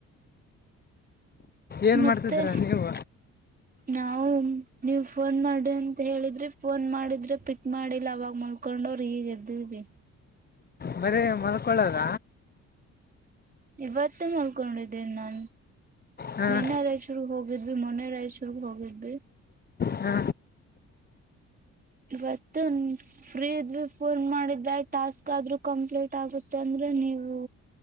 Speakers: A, on the left; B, on the right.
A: ಏನು
B: ಮತ್ತೆ
A: ಮಾಡ್ತಿದ್ರ ನೀವು
B: ನಾವು ಹ್ಮ ನೀವ್ ಫೋನ್ ಮಾಡಿ ಅಂತ ಹೇಳಿದ್ರಿ ಫೋನ್ ಮಾಡಿದ್ರೆ ಪಿಕ್ ಮಾಡಿಲ್ಲ ಅವಾಗ ಮಲ್ಕೊಂಡ ಅವರು ಈಗ ಅದವೇ
A: ಬರೇ ಮಲ್ಕೊಳದ
B: ಇವತ್ತೇ ಮಲ್ಕೊಂಡಿದ್ದೇನಿ ನಾನು
A: ಹಾಂ
B: ನಿನ್ನೆ ರಾಯಚೂರು ಹೋಗ ಹೋಗಿದ್ವಿ ಮೊನೆ ರಾಯಚೂರ್ ಹೋಗಿದ್ವಿ
A: ಹ್ಮ
B: ಇವತ್ತು ಫ್ರೀ ಇದ್ವಿ ಫೋನ್ ಮಾಡಿದೆ ಟಾಸ್ಕ್ ಆದ್ರೂ ಕಂಪ್ಲೀಟ್ ಆಗುತ್ತೆ ಅಂದ ಅಂದ್ರ ನೀವು